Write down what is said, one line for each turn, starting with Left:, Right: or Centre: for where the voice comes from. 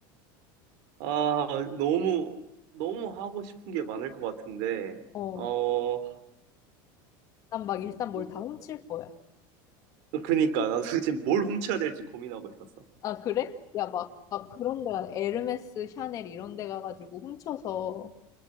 Right: 아, 너무, 너무 하고 싶은 게 많을 것 같은데,
Left: 어,
Right: 어,
Left: 난 막 일단 뭘
Right: 이-
Left: 다 훔칠 거야.
Right: 어, 그니까, 나도 <laughs> 지금 뭘 훔쳐야 될지 고민하고 있었어.
Left: 아, 그래? 야, 막, 막 그런 데가, 에르메스, 샤넬 이런 데 가가지고 훔쳐서